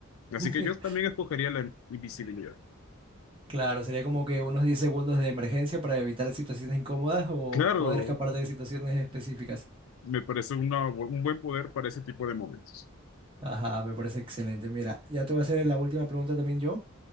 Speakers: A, on the left; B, on the right.
A: Así
B: <laughs>
A: que yo también escogería la invisibilidad.
B: Claro, sería como que unos 10 segundos de emergencia para evitar situaciones incómodas o
A: Claro,
B: poder escapar de situaciones específicas.
A: me parece una bu- un buen poder para ese tipo de momentos.
B: Ajá, me parece excelente. Mira, ya te voy a hacer la última pregunta también yo.